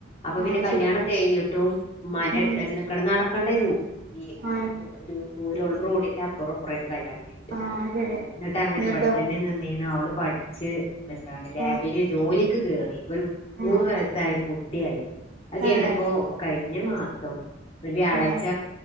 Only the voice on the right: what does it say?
ആഹ്
ശരി
ഉം
ആഹ്
ആഹ് ശരി
എന്നിട്ടോ
ആഹ്
ആഹ്
ആഹ്
ആഹ്